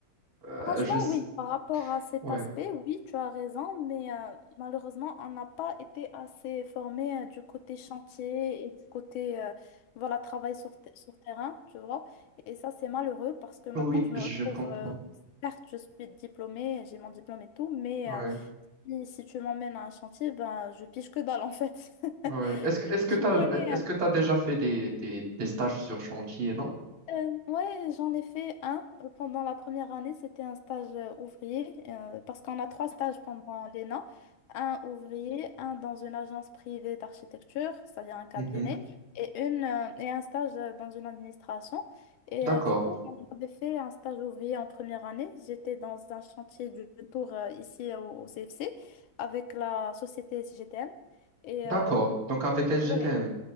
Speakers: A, on the right; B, on the left.
A: Euh,
B: Franchement,
A: je sais-
B: oui, par rapport à cet
A: Ouais.
B: aspect, oui, tu as raison, mais euh, malheureusement, on n'a pas été assez formé euh, du côté chantier et du côté euh, voilà, travail sur, te- sur terrain, tu vois. Et ça, c'est malheureux parce que maintenant,
A: Oui,
B: je
A: je
B: me retrouve,
A: comprends.
B: euh, certes, je suis diplômée, j'ai mon diplôme et tout, mais
A: Ouais,
B: euh, si, si tu m'emmènes à un chantier, ben, je pige que dalle en fait. <laughs>
A: ouais. Est-ce que, est-ce que
B: Je
A: tu as,
B: connais,
A: est-ce
B: euh,
A: que tu déjà fait des, des, des stages sur chantier, non?
B: Euh, ouais, j'en ai fait un euh, pendant la première année. C'était un stage euh, ouvrier euh, parce qu'on a trois stages pendant l'ENA. Un ouvrier, un dans une agence privée d'architecture, c'est-à-dire un cabinet,
A: Mhm.
B: et, une, euh, et un stage euh, dans une administration. Et
A: D'accord.
B: euh, du coup, on avait fait un stage ouvrier en première année. J'étais dans un chantier du tour euh, ici euh, au, au CFC avec la société SGTM. Et
A: D'accord.
B: euh,
A: Donc avec SGTM.
B: ouais,